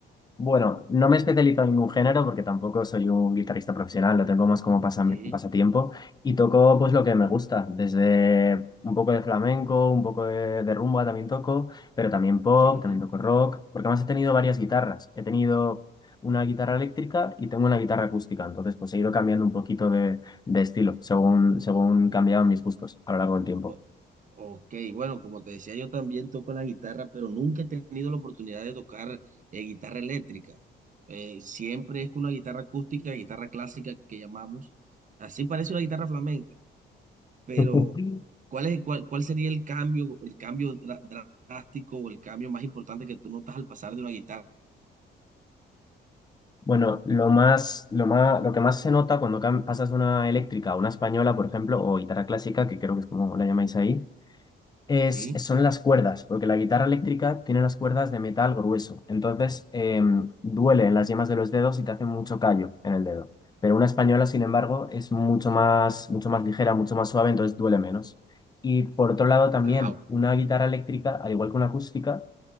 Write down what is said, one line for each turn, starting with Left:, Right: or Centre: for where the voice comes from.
Left: Bueno, no me especializo en ningún género porque tampoco soy un guitarrista profesional, lo tengo más como pasam-
Right: Sí,
Left: pasatiempo y toco pues lo que me gusta, desde un poco de flamenco, un poco de, de rumba también toco, pero también pop,
Right: sí.
Left: también toco rock, porque además he tenido varias
Right: O-
Left: guitarras. He tenido una guitarra eléctrica y tengo una guitarra acústica, entonces pues he ido cambiando un poquito de, de estilo según, según cambiaban mis gustos a lo largo del tiempo.
Right: o- Ok, bueno, como te decía, yo también toco la guitarra, pero nunca he tenido la oportunidad de tocar eh, guitarra eléctrica. Eh, siempre es con una guitarra acústica, guitarra clásica que llamamos. Así parece una guitarra flamenca, pero
Left: <laughs>
Right: ¿cuál es, cuál, cuál sería el cambio, el cambio dra- drástico o el cambio más importante que tú notas al pasar de una guitarra?
Left: Bueno, lo más, lo más, lo que más se nota cuando cam- pasas de una eléctrica a una española, por ejemplo, o guitarra clásica, que creo que es como la llamáis ahí, es,
Right: ¿Sí?
Left: son las cuerdas, porque la guitarra eléctrica tiene las cuerdas de metal grueso, entonces em, duele en las yemas de los dedos y te hace mucho callo en el dedo. Pero una española, sin embargo, es mucho más, mucho más ligera, mucho más suave, entonces duele menos. Y por otro lado, también
Right: Ah, o-
Left: una guitarra eléctrica, al igual que una acústica,